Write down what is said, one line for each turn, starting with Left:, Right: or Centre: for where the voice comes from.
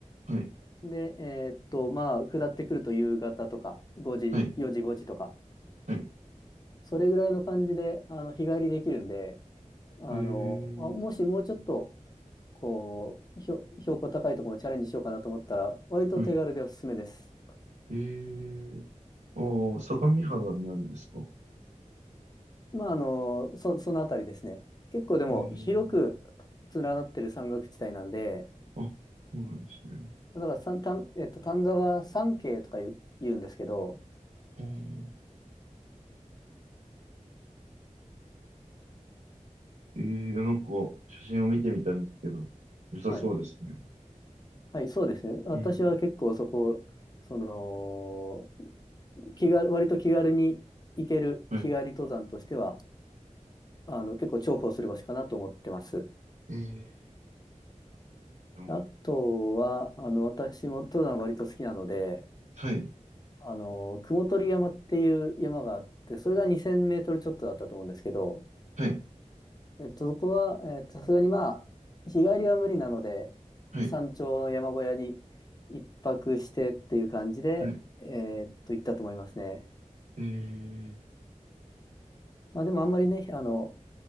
Right: はい。
Left: で、えーっと、まあ、下ってくると夕方とか、5時、
Right: はい。
Left: 4時、5時とか、
Right: はい。
Left: それぐらいの感じで、あの、日帰りできるんで、あの、
Right: えー、
Left: あもしもうちょっと、こう、ひょ標高高いところもチャレンジしようかなと思ったら、割と手軽でおすすめです。
Right: はい。えー、ああ、相模原にあるんですか。
Left: まあ、あの、そ、そのあたりですね。結構でも広く
Right: えー、
Left: 連なってる山岳地帯なんで、
Right: あ、そうなんですね。
Left: だから三、丹えっと、丹沢山系とか言う、言うんですけど、
Right: あーえー、なんか、写真を見てみたんですけど、良さそうですね。
Left: はい。はい、そうですね。私は結構そこ、
Right: うん。
Left: その、気が、割と気軽に行ける日帰り登山としては、
Right: はい。
Left: あの、結構重宝する場所かなと思ってます。
Right: えーと、
Left: あとは、あの、私も登山割と好きなので、
Right: はい。
Left: あの、雲取山っていう山があって、それが2000メートルちょっとだったと思うんですけど、
Right: はい。
Left: えっと、そこは、えっと、さすがにまあ、日帰りは無理なので、
Right: はい。
Left: 山頂の山小屋に一泊してっていう感じで、
Right: はい。
Left: えっと、行ったと思いますね。
Right: えー、
Left: まあでもあんまりね、あの、